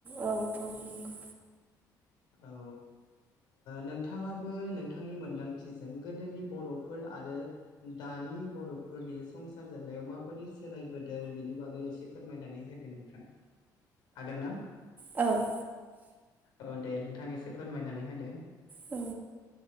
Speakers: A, on the right; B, on the left.
A: औ औ नंगौ
B: औ। नोंथाङाबो नोंथांनि मोन्दांथिजों गोदोनि बर'फोर आरो। दानि बर'फोरनि संसार जानायाव माबायदि सोलायबोदों बेनि बागै एसे फोरमायनानै होदो नोंथां। हागोन ना
A: औ औ औ।
B: औ दे नोंथां एसे फोरमायनानै होदो।
A: औ।